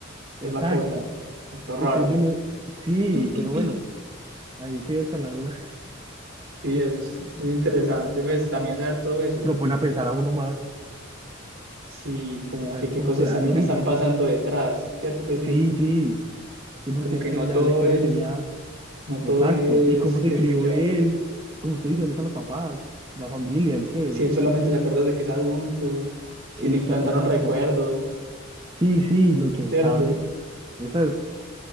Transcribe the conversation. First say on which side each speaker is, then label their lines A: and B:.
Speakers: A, on the right; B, on the right.
A: Esa
B: exacto,
A: es la cosa. Es lo raro.
B: entonces yo no, sí,
A: <clears throat>
B: pero bueno, ahí quedé con la duda,
A: Sí, es, es interesante, pues también saber todo
B: <laughs>
A: eso.
B: lo pone a pensar a uno más,
A: Sí, como
B: a
A: que
B: ver
A: qué
B: cómo
A: cosas
B: será
A: también
B: el origen,
A: están pasando detrás, ¿cierto que sí?
B: sí, sí, sí, porque
A: Como que
B: es que
A: no
B: ya
A: todo
B: la historia
A: es,
B: tenía
A: no
B: Exacto.
A: todo es
B: ¿Y cómo se
A: eso
B: crió
A: y ya.
B: él? Como usted dice, ¿dónde están los papás? ¿La familia? ¿El qué?
A: Si
B: ¿O
A: él
B: qué?
A: solamente se acuerda de que es adulto, si
B: Esa-
A: le implantaron
B: Exacto.
A: recuerdos,
B: Sí, sí, no, quién
A: ¿cierto?
B: sabe. Esa es,